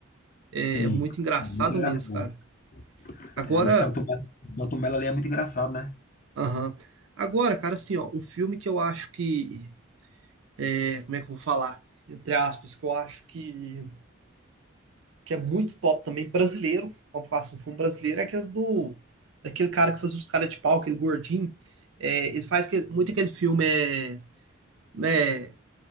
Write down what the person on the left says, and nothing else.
Sim,
é muito engraçado.
É, o Celto Mello, o Selton Mello ali é muito engraçado, né?